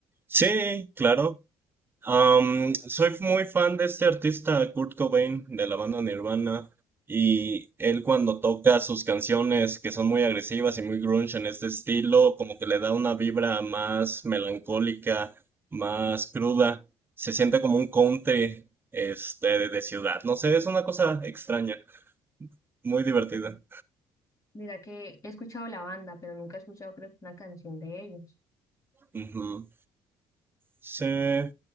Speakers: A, on the right (about 25°); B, on the left (about 35°).
A: Sí, claro. Am, soy muy fan de este artista Kurt Cobain de la banda Nirvana y él cuando toca sus canciones que son muy agresivas y muy grunge en este estilo, como que le da una vibra más melancólica, más cruda, se siente como un country este de, de ciudad, no sé, es una cosa extraña, muy divertida.
B: Mm. Mira que he escuchado la banda, pero nunca he escuchado creo que una canción de ellos.
A: Ujú. Sí.